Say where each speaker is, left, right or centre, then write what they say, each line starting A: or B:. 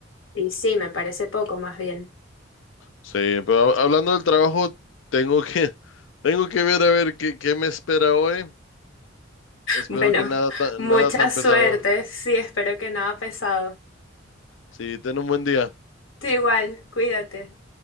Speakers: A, on the left; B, on the left.
A: Y sí, me parece poco más bien.
B: Sí, pero hab- hablando del trabajo, tengo que, <laughs> tengo que ver a ver qué, qué me espera hoy. Espero
A: Bueno,
B: que nada,
A: <laughs>
B: ta-
A: mucha
B: nada tan
A: suerte.
B: pesado.
A: Sí, espero que nada pesado.
B: Sí, ten un buen día.
A: Tú igual, cuídate.